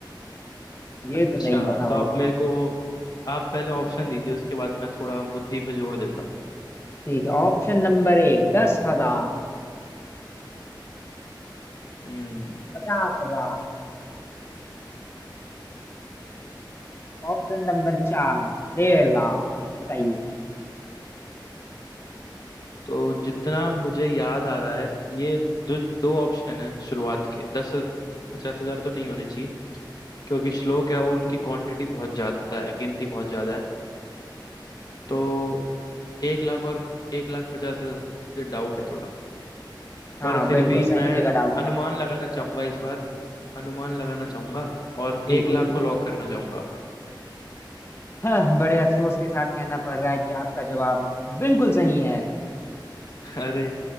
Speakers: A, on the left (about 30°); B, on the left (about 55°).
A: ये
B: अच्छा
A: तो नहीं पता होगा
B: तो आप मेरे को आप पहले ऑप्शन दीजिए उसके बाद मैं थोड़ा बुद्धि पे जोड़ देता हूँ
A: ठीक है option number एक दस हजार
B: हम्म
A: पचास हजार Option number चार डेढ़ lakh बताइए
B: तो जितना मुझे याद आ रहा है ये दो दो ऑप्शन है शुरुआत के दस पचास हजार तो नहीं होने चाहिए क्योंकि श्लोक है वो उनकी क्वांटिटी बहुत ज्यादा है गिनती बहुत ज्यादा है तो एक लाख और एक लाख पचास हजार डाउट है थोड़ा
A: हाँ
B: पर फिर
A: बिल्कुल
B: भी
A: सही
B: मैं
A: जगह डाउट है
B: अनुमान
A: आपका
B: लगाना चाहूंगा इस बार अनुमान लगाना चाहूंगा और
A: बिल्कुल
B: एक लाख को लॉक करना चाहूंगा
A: हाँ बड़े अफसोस के साथ कहना पड़ रहा है कि आपका जवाब बिल्कुल सही है
B: <laughs> अरे